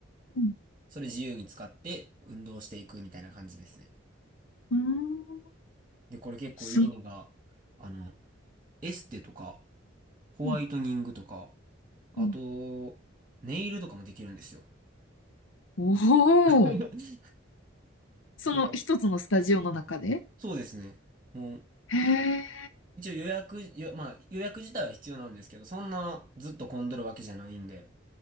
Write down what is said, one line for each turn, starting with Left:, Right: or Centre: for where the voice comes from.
Left: うん。
Right: それ自由に使って運動していくみたいな感じですね。
Left: うーん。
Right: で、これ結構いいのが、
Left: すご
Right: あの、エステとか、ホワイトニングとか、
Left: うん。
Right: あと、
Left: うん。
Right: ネイルとかもできるんですよ。
Left: お
Right: <laughs>
Left: お、
Right: だ
Left: その一つのスタジオの中で。
Right: からそうですね。もう、
Left: へえ、
Right: 一応予約、よまあ予約自体は必要なんですけど、そんなずっと混んどるわけじゃないんで、